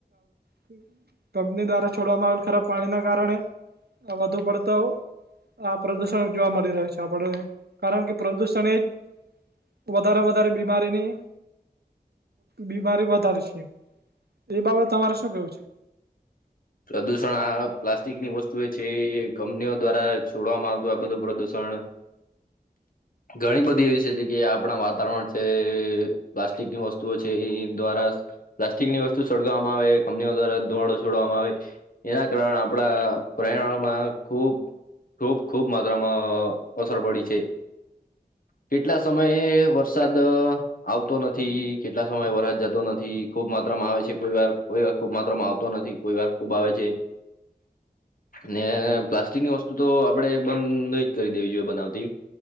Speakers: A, on the right; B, on the left.
A: <unintelligible> કંપની દ્વારા છોડવામાં આવેલ ખરાબ પાણીના કારણે વધુ પડતો આ પ્રદુષણ જોવા મળી રહ્યો છે, આપણને કારણ કે પ્રદુષણ એ જ વધારે વધારે બીમારીની બીમારી વધારે છે, એ બાબત તમારે શું કેવું છે?
B: પ્રદુષણ આ પ્લાસ્ટિકની વસ્તુ એ છે, એ કંપનીઓ દ્વારા છોડવામાં આવતું આ બધું પ્રદુષણ ઘણી બધી એવી છે, કે આપણા વાતાવરણ છે. પ્લાસ્ટિકની વસ્તુઓ છે, એ દ્વારા પ્લાસ્ટિકની વસ્તુ સોળગવામાં આવે કંપનીઓ દ્વારા ધુવાડો છોડવામાં આવે એના કારણે આપણા પ્ર્યાવરણમાં ખૂબ ખૂબ ખુબ માત્રામાં અસર પડી છે. કેટલા સમયે વરસાદ આવતો નથી કેટલા સમય વરસાદ જતો નથી ખુબ માત્રામાં આવે છે, કોઈ વાર કોઈ ખુબ માત્રમાં આવતો નથી કોઈ વાર ખુબ આવે છે. ને પ્લાસ્ટિકની વસ્તુ તો આપડે બંધ ન જ કરી દેવી જોઈએ બનાવતી